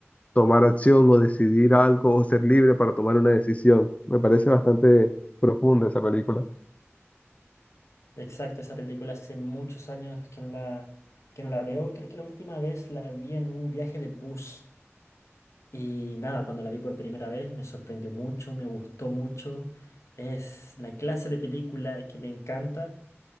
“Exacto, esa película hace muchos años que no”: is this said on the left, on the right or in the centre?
Left